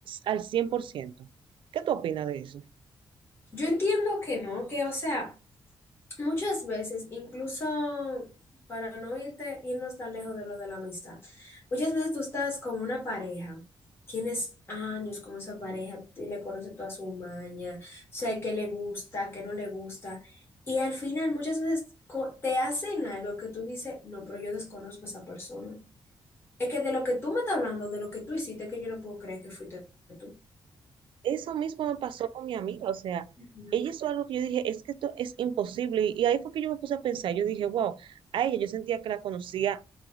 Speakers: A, on the right; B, on the left.
A: al 100%? ¿Qué tú opinas de eso?
B: Yo entiendo que no, que o sea, muchas veces, incluso para no irte, irnos tan lejos de lo de la amistad, muchas veces tú estás con una pareja, tienes años con esa pareja, tú le conoces toda su maña, sé qué le gusta, qué no le gusta, y al final muchas veces co- te hacen algo que tú dices, no, pero yo desconozco a esa persona. Es que de lo que tú me estás hablando, de lo que tú hiciste, que yo no puedo creer que fuiste tú.
A: Eso mismo me pasó con mi amiga, o sea,
B: Ujú.
A: ella hizo algo que yo dije, es que esto es imposible. Y ahí fue que yo me puse a pensar, yo dije, wow, a ella yo sentía que la conocía